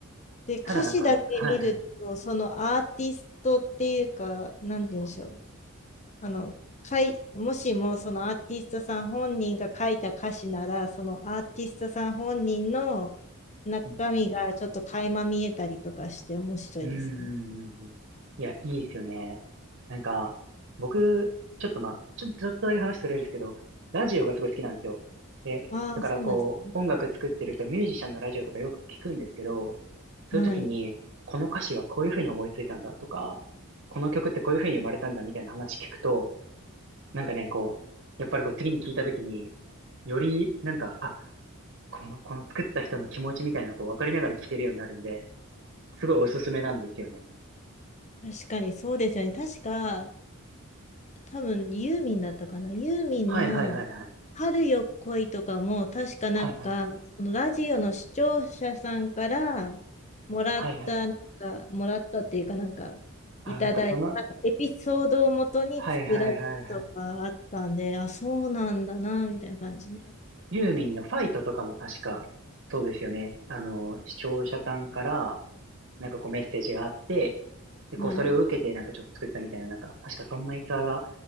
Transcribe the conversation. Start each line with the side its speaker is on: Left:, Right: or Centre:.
Left: で、歌詞だけ見ると、
Right: ただなんか、はいはい。
Left: そのアーティストっていうか、なんて言うんでしょう。あの、かい、もしもそのアーティストさん本人が書いた歌詞なら、そのアーティストさん本人の中身がちょっと垣間見えたりとかして面白いですよね。
Right: うん、うん、うん、うんうんうん。いや、いいですよね。なんか、僕、ちょっとまあ、ちょ、ちょっとだけ話それるんですけど、ラジオがすごい好きなんですよ。で、
Left: ああ、
Right: だからこう、
Left: そうなんですね。
Right: 音楽作ってる人、ミュージシャンのラジオとかよく聞くんですけど、そういう時に、
Left: はい。
Right: この歌詞はこういうふうに思いついたんだとか、この曲ってこういうふうに生まれたんだみたいな話聞くと、なんかね、こう、やっぱりこう次に聞いたときに、よりなんか、あ、この、この作った人の気持ちみたいな、こう分かりながら聞けるようになるんで、すごいおすすめなんですよね。
Left: 確かにそうですよね。確か、多分ユーミンだったかな。ユーミンの
Right: はいはいはいはい。
Left: 春よ恋とかも、確かなんか、
Right: はいはい。
Left: そのラジオの視聴者さんからもらった、
Right: はいはい。
Left: なんか、もらったっていうかなんか、
Right: あ、
Left: いただいたエピソードをもとに作られたとかあったんで、
Right: なんかその、はいはいはいはい。
Left: あ、そうなんだな、みたいな感じで。
Right: ユーミンのファイトとかも確か、そうですよね。あの、視聴者さんから、なんかこうメッセージがあって、で、
Left: はい。
Right: こうそれを受けてなんかちょっと作ったみたいな、なんか、確かそんな逸話が